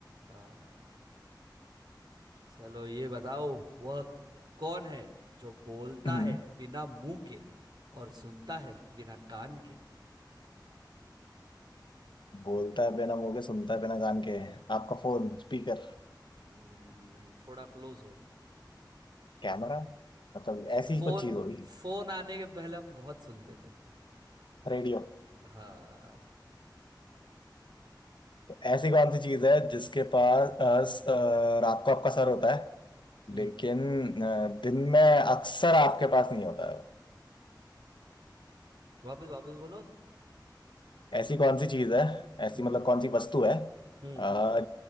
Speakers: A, on the right; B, on the left.
A: हाँ चलो ये बताओ वह कौन है जो बोलता
B: हम्म,
A: है बिना मुंह के और सुनता है बिना कान के
B: बोलता है बिना मुंह के सुनता है बिना कान के आपका
A: हाँ,
B: फोन स्पीकर
A: न- नहीं थोड़ा क्लोज हो
B: कैमरा मतलब
A: फोन
B: ऐसी ही कुछ चीज होगी
A: फोन आने के पहले हम बहुत सुनते थे
B: रेडियो
A: हाँ
B: तो ऐसी कौन सी चीज है जिसके पास अ, स- अ, रात को आपका सर होता है
A: हम्म
B: लेकिन अ, दिन में अक्सर आपके पास नहीं होता
A: वापिस वापिस बोलो
B: ऐसी कौन सी चीज है ऐसी
A: हम्म
B: मतलब कौन सी वस्तु है
A: हम्म
B: आ,